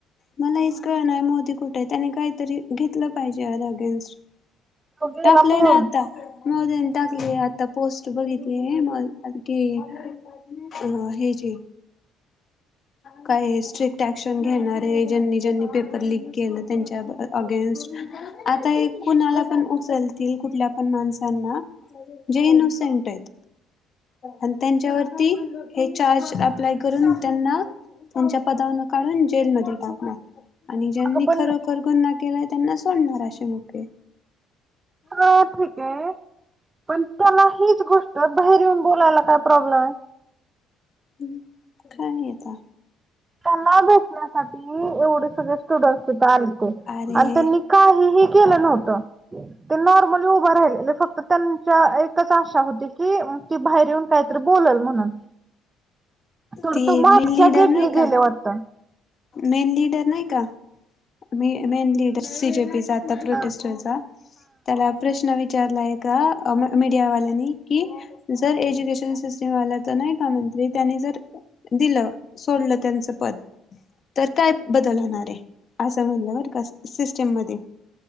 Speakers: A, on the left; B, on the right.
A: मला हेच कळणांय मोदी कुठे आहं, त्यानी काहीतरी घेतलं पाहिजे याला अगेन्स्ट
B: तो गेला
A: टाकलंय
B: पळून
A: ना आता. मोदीनी टाकली आहे आता पोस्ट बघितली मो आहं की अ हेजी काय हे स्ट्रिक ॲक्शन घेणारे ज्यांनी ज्यांनी पेपर लीक केलं त्यांच्या अगेन्स्ट आता हे कुणाला पण उचलतील कुठल्या पण माणसांना जे इनोसेंट आहेत. आणि त्यांच्यावरती हे चार्ज अप्लाय करून त्यांना त्यांच्या पदावरून काढून जेलमध्ये टाकणार आणि ज्यांनी
B: अगं पण
A: खरं खर गुन्हा केलाय त्यांना सोडणार असे मोकळे
B: अ ठिक हे. पण त्याला हीच गोष्ट बाहेर येऊन बोलायला काय प्रॉब्लेम आहे.
A: हूं काय नही येता.
B: त्याना भेटण्यासाठी एवढे सगळे स्टुडंटसं तीथ आलते
A: अरे
B: आण तुम्ही काहीही केलं नव्हतं. ते नॉर्मली उभं राहिलेले, फक्त त्यांच्या एकच आशा होती की. की भायर येऊन काहीतरी बोललं म्हन, तर
A: ती
B: तो मागच्यां
A: मेन लीडर
B: गेट
A: नाही का
B: होत.
A: मेन लीडर नाही का? मी main leader C J P चा आता प्रोटेस्टरचा
B: हा.
A: त्याला प्रश्न विचारला एका मीडियावाल्यांनी कि? जर एज्युकेशन सिस्टम वाल्या त नाही का म्हतली त्यांनी जर दिलं सोडलं त्यांचं पद. तर त्यात बदल होणार आहे असं म्हणला बरं का सिस्टीम मध्ये.